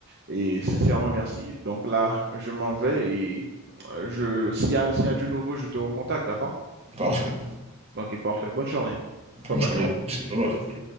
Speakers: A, on the right; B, on the right.
A: Et sincèrement, merci. Donc là, je m'en vais et euh, je, s'il y a, s'il y a du nouveau, je te recontacte, d'accord?
B: Parfait.
A: Ok, parfait. Bonne journée. Bye
B: je
A: bye.
B: journée à tous. Bye bye.